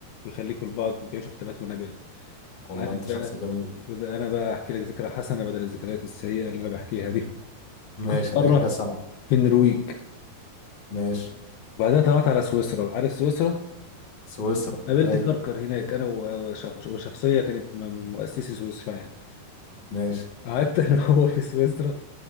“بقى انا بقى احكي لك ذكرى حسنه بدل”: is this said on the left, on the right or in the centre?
Left